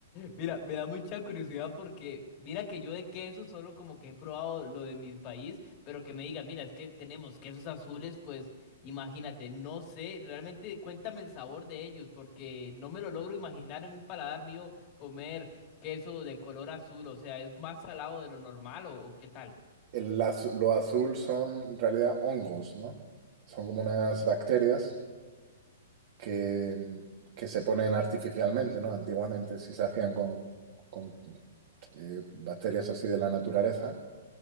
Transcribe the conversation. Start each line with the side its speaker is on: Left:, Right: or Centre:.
Left: Mira, me da mucha curiosidad porque mira que yo de queso solo como que he probado lo de mi país, pero que me digan, mira, es que tenemos quesos azules, pues imagínate, no sé, realmente cuéntame el sabor de ellos porque no me lo logro imaginar en un paladar mío comer queso de color azul, o sea, es más salado de lo normal o, o qué tal.
Right: El az- lo azul son en realidad hongos, ¿no? Son como unas bacterias que, que se ponen artificialmente, ¿no? Antiguamente sí se hacían con, con, eh, bacterias así de la naturaleza.